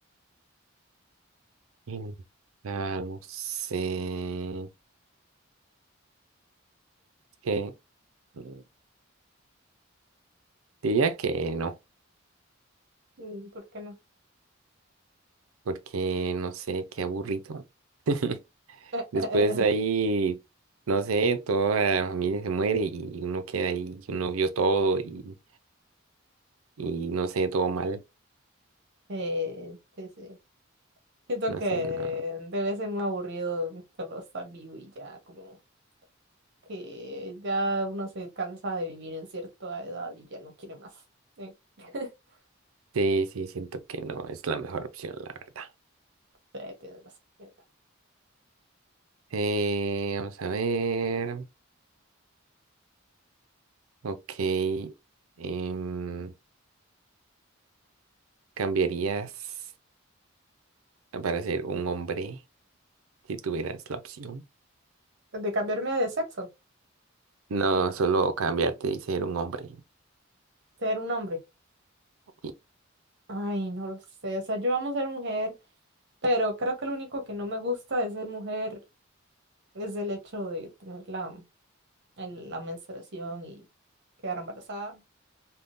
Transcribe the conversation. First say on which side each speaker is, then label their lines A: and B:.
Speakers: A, on the right (about 85°); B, on the right (about 55°).
A: y la- no sé. Es Que, mm, diría que no,
B: Mm, ¿Por qué no?
A: porque no sé, qué aburrido. <laughs>
B: <laughs>
A: Después ahí, no sé, toda la familia se muere y uno queda ahí, y uno vio todo y, y no sé, todo mal.
B: Eh, sí, sí. Siento
A: No
B: que
A: sé, no.
B: debe ser muy aburrido solo estar vivo y ya, como que ya uno se cansa de vivir en cierta edad y ya no quiere más. Eh, <laughs>
A: Sí, sí, siento que no es la mejor opción, la verdad.
B: sí, tienes razón, tienes
A: Eh, vamos a ver. Ok. em, ¿Cambiarías para ser un hombre si tuvieras la opción?
B: razón. De cambiarme de sexo,
A: No, solo cambiarte y ser un hombre.
B: ser un hombre.
A: Sí.
B: Ay, no lo sé, o sea, yo amo ser mujer, pero creo que lo único que no me gusta de ser mujer es el hecho de tener la, el- la menstruación y quedar embarazada.